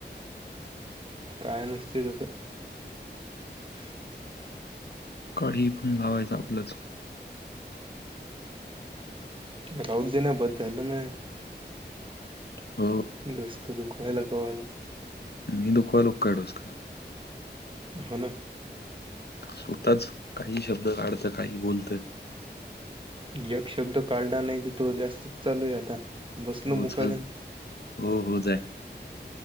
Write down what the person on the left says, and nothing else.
काळी पण लावायचं आपलंच.
हो.
मी दुखवालो का डोसक.
स्वतःच, काही शब्द काढतं काही बोलतं.
हो
चाल, हो हो जाय.